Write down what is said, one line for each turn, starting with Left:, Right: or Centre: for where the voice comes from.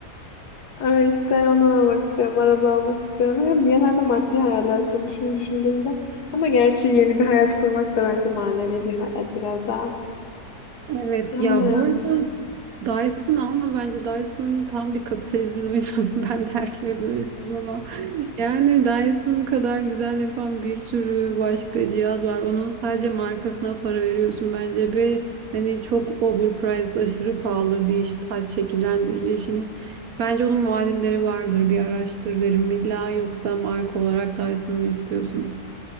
Left: Ay işte ondan almak istiyorum. Araba almak istiyorum. Yani genelde maddi hayaller kurmuşum düşündüğümde. Ama gerçi yeni bir hayat kurmak da bence manevi bir hayal biraz daha.
Right: Evet
Left: Aynen.
Right: ya bu arada Dyson alma bence Dyson tam bir kapitalizmin oyunu. <laughs> Ben de her şeye böyle diyorum ama yani Dyson kadar güzel yapan bir sürü başka cihaz var. Onun sadece markasına para veriyorsun bence ve hani çok overpriced aşırı pahalı bir saç şekillendirici için. Bence onun muadilleri vardır bir araştır derim. İlla yoksa marka olarak Dyson mı istiyorsun?